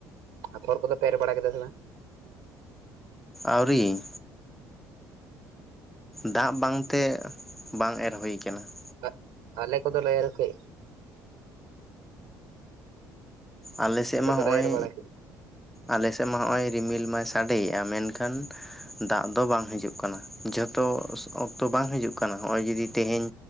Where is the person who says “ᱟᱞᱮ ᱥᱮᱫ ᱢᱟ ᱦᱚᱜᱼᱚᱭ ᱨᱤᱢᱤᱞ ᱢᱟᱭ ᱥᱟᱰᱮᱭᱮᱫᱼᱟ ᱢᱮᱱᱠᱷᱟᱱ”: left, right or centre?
Centre